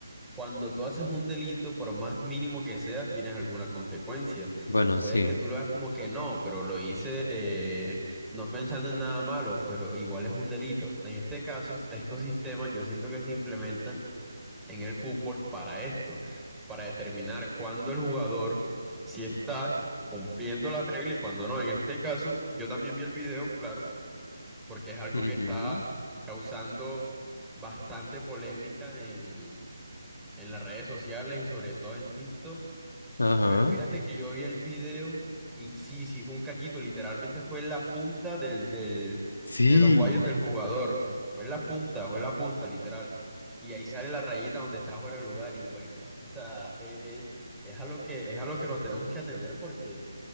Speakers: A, in the centre; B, on the left (about 65°).
A: cuando tú haces un delito, por más mínimo que sea, tienes alguna consecuencia.
B: Bueno,
A: Puede
B: sí.
A: que tú lo veas como que no, pero lo hice eh, no pensando en nada malo, pero igual es un delito. En este caso, estos sistemas yo siento que se implementan en el fútbol para esto, para determinar cuándo el jugador si está cumpliendo la regla y cuándo no. En este caso, yo también vi el video, claro porque es algo
B: Ujú.
A: que está causando bastante polémica en, en las redes sociales y sobre todo en TikTok.
B: Ajá.
A: Pero fíjate que yo vi el video y sí, sí, fue un cachito, literalmente fue en la punta del, del,
B: Sí.
A: de los guayos del jugador. Fue en la punta, fue en la punta, literal. Y ahí sale la rayita donde está fuera el lugar y bueno, o sea, e- es, es a lo que, es a lo que nos tenemos que atener porque...